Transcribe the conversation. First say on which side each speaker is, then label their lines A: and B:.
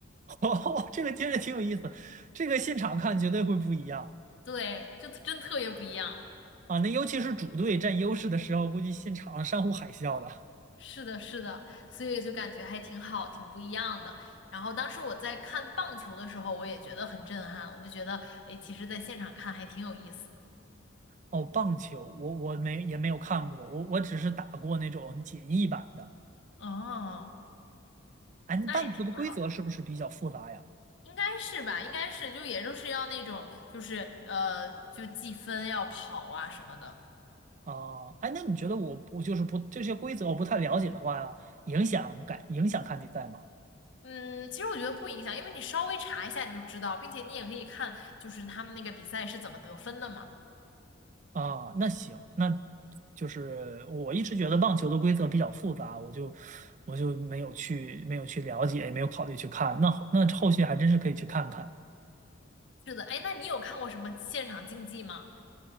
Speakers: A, on the right; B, on the left.
A: <laughs> 哦，这个听着挺有意思，这个现场看绝对会不一样
B: 对，就真特别不一样。
A: 啊。那尤其是主队占优势的时候，估计现场山呼海啸的。
B: 是的，是的，所以就感觉还挺好，挺不一样的。然后当时我在看棒球的时候，我也觉得很震撼，我就觉得，哎，其实在现场看还挺有意思的。
A: 哦，棒球我我没也没有看过，我我只是打过那种简易版的。
B: 哦，
A: 哎，那棒球的规则是不是比较复杂呀？
B: 那也挺好的。应该是吧，应该是，就也就是要那种，就是呃，就计分要跑啊什么的。
A: 啊，哎，那你觉得我我就是不这些规则我不太了解的话，影响感影响看比赛吗？
B: 嗯，其实我觉得不影响，因为你稍微查一下你就知道，并且你也可以看，就是他们那个比赛是怎么得分的嘛。
A: 啊，那行，那就是我一直觉得棒球的规则比较复杂，我就我就没有去没有去了解，也没有考虑去看。那后那后续还真是可以去看看。
B: 是的，哎，那你有看过什么现场竞技吗？